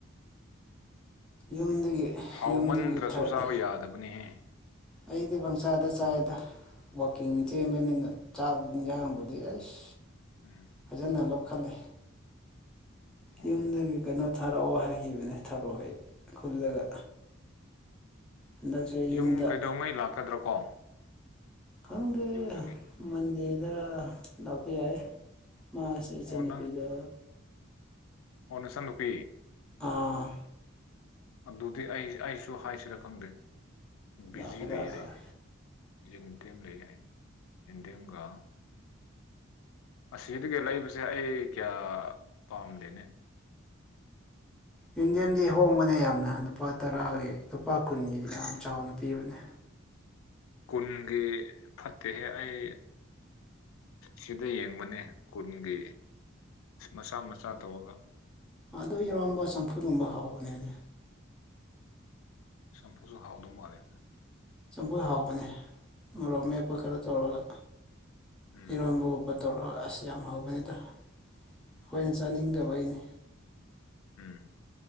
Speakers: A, in the centre; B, on the left.
A: ꯌꯨꯝꯗꯒꯤ
B: ꯍꯥꯎꯃꯟꯗ꯭ꯔꯁꯨ
A: ꯌꯨꯝꯗꯒꯤ ꯊꯔ
B: ꯆꯥꯕ ꯌꯥꯗꯕꯅꯤꯍꯦ
A: ꯑꯩꯗꯤ ꯄꯪꯆꯥꯗ ꯆꯥꯏꯗ ꯋꯥꯋꯥꯛꯀꯤꯡ ꯆꯦꯟꯕꯅꯤꯅ ꯆꯥꯛ ꯌꯦꯟꯖꯥꯡꯕꯨꯗꯤ ꯑꯁ
B: ꯎꯝ
A: ꯐꯖꯅ ꯂꯧꯈꯠꯜꯂꯤ
B: ꯑꯣ
A: ꯌꯨꯝꯗꯒꯤ ꯀꯩꯅꯣ ꯊꯥꯔꯛꯑꯣ ꯍꯥꯏꯈꯤꯕꯅꯦ ꯊꯥꯔꯛꯑꯣ ꯑꯩ ꯈꯨꯜꯂꯒ ꯍꯟꯗꯛꯁꯦ ꯌꯨꯝꯗ
B: ꯌꯨꯝ ꯀꯩꯗꯧꯉꯩ ꯂꯥꯛꯀꯗ꯭ꯔꯣ ꯀꯣ
A: ꯈꯪꯗꯦ
B: ꯌꯨꯝꯗꯒꯤ
A: ꯃꯟꯗꯤꯔꯗꯔ ꯂꯥꯛꯄ ꯌꯥꯏ ꯃꯥꯁꯦ ꯏꯆꯟꯅꯨꯄꯤꯗ
B: ꯑꯣ ꯅꯪ ꯅꯁ ꯅꯨꯄꯤ
A: ꯑꯥ
B: ꯑꯗꯨꯗꯤ ꯑꯩ ꯑꯩꯁꯨ ꯍꯥꯏꯁꯤꯔ ꯈꯪꯗꯦ ꯕꯤꯖꯤ
A: ꯂꯥꯛꯀꯗ꯭ꯔꯥ
B: ꯂꯩ
A: ꯂꯥꯛꯑꯣꯏ
B: ꯍꯥꯏ ꯎꯝ ꯗꯦꯝꯦꯝ ꯂꯩ ꯍꯥꯏ ꯏꯟ ꯗꯦꯝꯦꯝꯒ ꯑꯁꯤꯗꯨꯒ ꯂꯩꯕꯁꯦ ꯑꯩ ꯀꯌꯥ ꯄꯥꯝꯗꯦꯅꯦ
A: ꯌꯟꯗꯤꯌꯦꯝꯗꯤ ꯍꯣꯡꯕꯅꯦ ꯌꯥꯝꯅ ꯂꯨꯄꯥ ꯇꯔꯥꯒꯤ ꯂꯨꯄꯥ ꯀꯨꯟꯒꯤ ꯌꯥꯝ ꯆꯥꯎꯅ ꯄꯤꯕꯅꯦ
B: ꯀꯨꯟꯒꯤ ꯐꯠꯇꯦꯍꯦ ꯑꯩ ꯁꯤꯗ ꯌꯦꯡꯕꯅꯦ ꯀꯨꯟꯒꯤ ꯑ ꯃꯆꯥ ꯃꯆꯥ ꯇꯧꯔꯒ
A: ꯑꯗꯨ ꯏꯔꯣꯟꯝꯕ ꯆꯝꯐꯨꯠꯒꯨꯝꯕ ꯍꯥꯎꯕꯅꯦꯅꯦ
B: ꯁꯝꯄꯨꯁꯨꯍꯥꯎꯗ ꯃꯥꯂꯦ
A: ꯆꯝꯐꯨꯣꯏ ꯍꯥꯎꯕꯅꯦ ꯃꯣꯔꯣꯛ ꯃꯦꯞꯄ ꯈꯔ ꯇꯧꯔꯒ
B: ꯎꯝ
A: ꯏꯔꯣꯟꯕꯒꯨꯝꯕ ꯇꯧꯔꯒ ꯑꯁ ꯌꯥꯝ ꯍꯧꯕꯅꯤꯗ ꯑꯩꯈꯣꯏꯅ ꯆꯥꯅꯤꯡꯗꯕꯒꯤꯅꯤ
B: ꯎꯝ